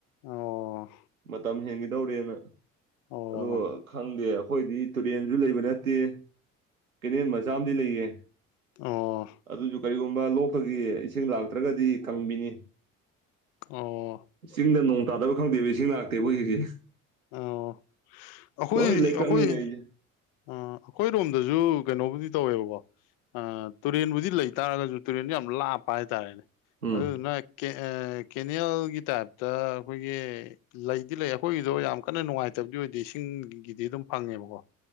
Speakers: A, on the left; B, on the right.
A: ꯑꯣ
B: ꯃꯇꯝ ꯍꯦꯟꯒꯤꯗꯧꯔꯦꯅ
A: ꯑꯣ
B: ꯑꯗꯣ ꯈꯪꯗꯦ ꯑꯩꯈꯣꯏꯗꯤ ꯇꯨꯔꯦꯟꯖꯨ ꯂꯩꯕ ꯅꯠꯇꯦ ꯀꯦꯅꯦꯟ ꯃꯆꯥ ꯑꯝꯗꯤ ꯂꯩꯌꯦ
A: ꯑꯣ
B: ꯑꯗꯨꯖꯨ ꯀꯔꯤꯒꯨꯝꯕ ꯂꯣꯛꯇꯒꯤ ꯏꯁꯤꯡ ꯂꯥꯛꯇ꯭ꯔꯒꯗꯤ ꯀꯪꯕꯤꯅꯤ
A: ꯑꯣ
B: ꯆꯤꯡꯗ ꯅꯣꯡ ꯇꯥꯗꯕ ꯈꯪꯗꯦꯕ ꯏꯁꯤꯡ ꯂꯥꯛꯇꯦꯕ ꯍꯧꯖꯤꯛꯁꯦ
A: ꯑꯣ ꯑꯈꯣꯏ
B: ꯂꯣꯏ ꯂꯩꯀꯪꯅꯤ
A: ꯑꯈꯣꯏ
B: ꯂꯩꯔꯤꯁꯦ
A: ꯑ ꯑꯈꯣꯏꯔꯣꯝꯗꯖꯨ <unintelligible> ꯇꯧꯕꯨꯗꯤ ꯇꯧꯋꯦꯕꯀꯣ ꯑ ꯇꯨꯔꯦꯟꯕꯨꯗꯤ ꯂꯩꯇꯥꯔꯒꯖꯨ ꯇꯨꯔꯦꯟꯗꯣ ꯌꯥꯝ ꯂꯥꯞꯄ ꯍꯥꯏꯇꯔꯦꯅꯦ
B: ꯎꯝ
A: ꯑꯗꯨꯗꯨꯅ ꯑꯦꯑꯦ ꯀꯦꯅꯦꯜꯒꯤ ꯇꯥꯏꯞꯇ ꯑꯩꯈꯣꯏꯒꯤ ꯂꯩꯗꯤ ꯂꯩ ꯑꯩꯈꯣꯏꯒꯤ ꯑꯗꯣ ꯌꯥꯝ ꯀꯟꯅ ꯅꯨꯡꯉꯥꯏꯇꯕꯗꯤ ꯑꯣꯏꯗꯦ ꯏꯁꯤꯡꯒꯤꯗꯤ ꯑꯗꯨꯝ ꯐꯪꯉꯦꯕꯀꯣ